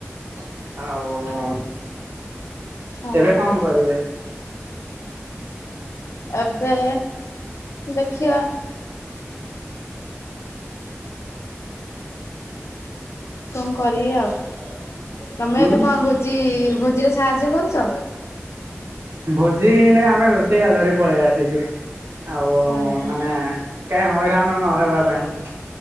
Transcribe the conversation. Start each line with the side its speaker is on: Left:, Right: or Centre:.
Right: ଆଉ
Left: ହଁ
Right: ଏବେ
Left: ହଁ
Right: କଣ କରିବେ?
Left: ଏବେ ଦେଖିବା। କଣ କରିବି ଆଉ, ତମେ
Right: ଉଁ
Left: ଏବେ କଣ ଭୋଜି ଭୋଜିରେ ସାହାଯ୍ୟ କରୁଛ।
Right: ଭୋଜି ନାଇ ଆମେ ରୋଷେଇଆ ଧରି ପଳେଇ ଆସିଛି। ଆଉ
Left: ଓହୋ
Right: ମାନେ କେହି ହଇରାଣ ନହେବା ପାଇଁ।